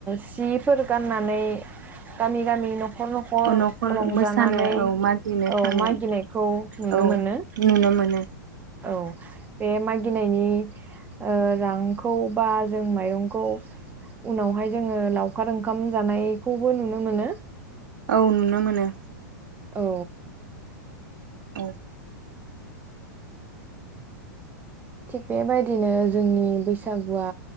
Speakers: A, on the right; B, on the right.
A: सिफोर गाननानै गामि गामि न'खर न'खर
B: औ
A: रंजानानै
B: मोसानो
A: औ
B: मागिनो थाङो
A: मागिनायखौ नुनो
B: औ
A: मोनो।
B: नुनो मोनो
A: औ बे मागिनायनि ओ रांखौ बा जों माइरंखौ उनावहाय जोङो लावखार ओंखाम जानायखौबो नुनो मोनो।
B: औ नुनो मोनो।
A: औ।
B: औ।
A: थिग बेबायदिनो जोंनि बैसागुआ